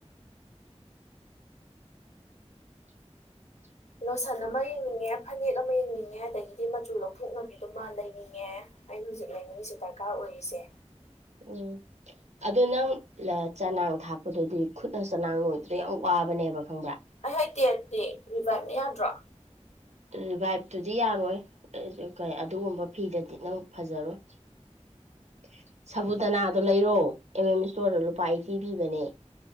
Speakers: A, on the right; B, on the left.
A: <inaudible>
B: ꯂꯣꯁꯟ ꯑꯃ ꯌꯦꯡꯅꯤꯡꯉꯦ ꯐꯅꯦꯛ ꯑꯃ ꯌꯦꯡꯅꯤꯡꯉꯦ ꯑꯗꯒꯤꯗꯤ ꯃꯆꯨ ꯂꯧꯊꯣꯛꯅꯕꯤꯗꯨꯃ ꯂꯩꯅꯤꯡꯉꯦ ꯑꯩꯅ ꯍꯧꯖꯤꯛ ꯂꯩꯅꯤꯪꯂꯤꯁꯦ ꯗꯔꯀꯥꯔ ꯑꯣꯏꯔꯤꯁꯦ
A: ꯎꯝ ꯑꯗꯣ ꯅꯪ ꯆꯅꯥꯡ ꯊꯥꯛꯄꯗꯗꯤ ꯈꯨꯠꯅ ꯆꯅꯥꯡ ꯂꯣꯏꯕꯗꯣ ꯌꯥꯝ ꯋꯥꯕꯅꯦꯕ ꯈꯪꯕ꯭ꯔꯥ
B: ꯑꯩ ꯍꯥꯏꯩꯇꯦꯠꯇ ꯔꯤꯚꯥꯏꯞꯅꯦ ꯌꯥꯗ꯭ꯔꯣ?
A: ꯔꯤꯚꯥꯏꯚꯇꯨꯗꯤ ꯌꯥꯔꯣꯏ ꯑꯗꯨꯒꯨꯝꯕ ꯐꯤꯗꯗꯤ ꯅꯪ ꯐꯖꯔꯣꯏ꯫ <inaudible> ꯁꯕꯨꯨꯗꯅꯥꯗꯣ ꯂꯩꯔꯣ ꯑꯦꯝ ꯑꯦꯝ ꯏꯁꯇꯣꯔꯗ ꯂꯨꯄꯥ ꯑꯩꯇꯤ ꯄꯤꯕꯅꯦ꯫